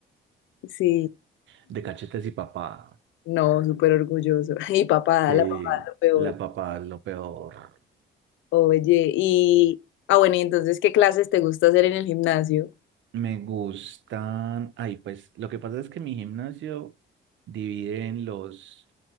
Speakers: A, on the left (about 75°); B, on the right (about 70°).
A: Sí,
B: de cachetes y papada.
A: no, súper orgulloso. <laughs> Y papada,
B: Sí,
A: la papada es lo peor.
B: la papada es lo peor.
A: Oye, y... Ah, bueno, y entonces, ¿qué clases te gusta hacer en el gimnasio?
B: Me gustan, ay, pues lo que pasa es que mi gimnasio divide en los,